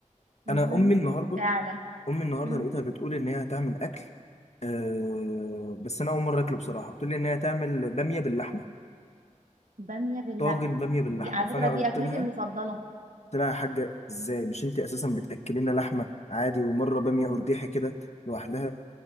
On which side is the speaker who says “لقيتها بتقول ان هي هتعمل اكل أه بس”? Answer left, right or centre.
Left